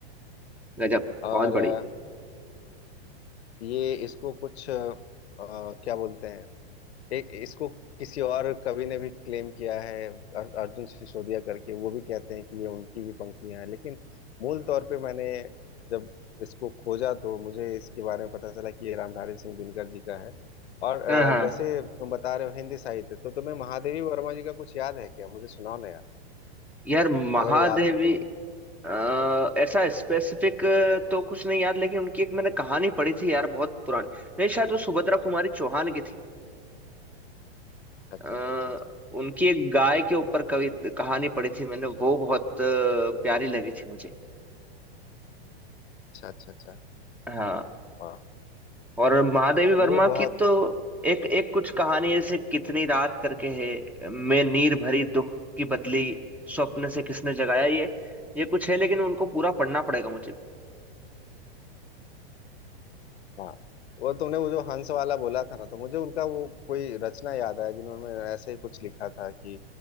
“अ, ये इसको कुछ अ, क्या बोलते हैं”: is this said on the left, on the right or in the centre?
Left